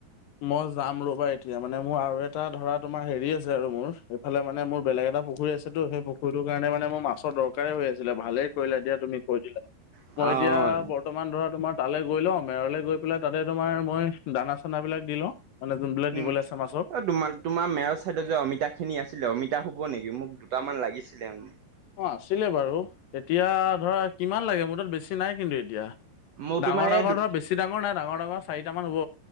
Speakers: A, on the left (about 70°); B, on the right (about 85°).
A: মই যাম ৰ'বা এতিয়া, মানে মোৰ আৰু এটা ধৰা তোমাৰ হেৰি আছে আৰু মোৰ এইফালে মানে মোৰ বেলেগ এটা পুখুৰী আছেটো সেই পুখুৰীটো কাৰণে মানে মোৰ মাছৰ দৰকাৰে হৈ আছিলে, ভালেই কৰিলা দিয়া তুমি কৈ দিলা
B: অ',
A: মই এতিয়া বৰ্তমান ধৰা তোমাৰ তালৈ গৈ লওঁ, মেৰলে গৈ পেলাই তাতে তোমাৰ মই দানা - চানা বিলাক দি লওঁ মানে যোনবিলাক
B: উম,
A: দিবলৈ আছে মাছক
B: অ তোমাৰ - তোমাৰ মেৰৰ চাইডত যে অমিতাখিনি আছিলে অমিতা এতিয়া হব নেকি, মোক দুটামান লাগিছিলে মানে?
A: অ আছিলে, বাৰু এতিয়া ধৰা কিমান লাগে মোৰ তাত বেছি নাই কিন্তু এতিয়া?
B: মোৰ
A: ডাঙৰ
B: তোমাৰ
A: -
B: এই
A: ডাঙৰ
B: দু
A: বেছি ডাঙৰ নাই ডাঙৰ - ডাঙৰ চাৰিটা মান হ'ব।